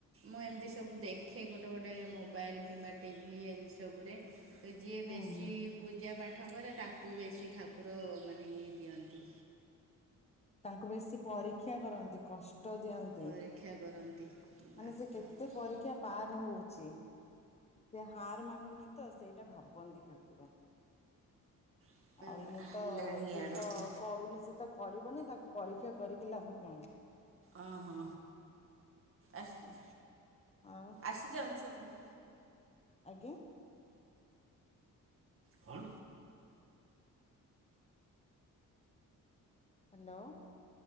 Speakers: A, on the right; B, on the left.
A: ମୁଁ ଏମିତି ସବୁ ଦେଖେ ଗୋଟେ ଗୋଟେ ମୋବାଇଲ୍ କିମ୍ବା ଟିଭି ଏମିତି ସବୁରେ। ଯିଏ
B: ହୁଁ
A: ବେଶୀ
B: ହୁଁ
A: ପୂଜା ପା ଠକରେ ତାକୁ ବେଶୀ ଠାକୁର ମାନେ ଇଏ ଦିଅନ୍ତି।
B: ତାଙ୍କୁ ବେଶୀ ପରୀକ୍ଷା କରନ୍ତି କଷ୍ ଷ୍ଟ ଦିଅନ୍ତି
A: ପରୀକ୍ଷା କରନ୍ତି ବାପା
B: ମାନେ ସେ କେତେ ପରୀକ୍ଷା ପାର ହଉଛି। ସେ ହାର ମାନୁନି ତ ସେଇଟା ଭାବନ୍ତି ଠାକୁର।
A: ବାପା
B: ଆଉ ଇଏ
A: ହେଲେଣି
B: ତ ଯିଏ
A: ଇଆଡ଼କୁ
B: ତ କରୁନି ସିଏ ତ କରିବନି। ତାକୁ ପରୀକ୍ଷା କରିକି ଲାଭ କଣ।
A: ଓହୋ ଆସି
B: ଆଉ
A: ଆସିଚ ମୁଁ ସେ ଘରୁ।
B: ଆଜ୍ଞା।
A: କ?
B: ହାଲୋ।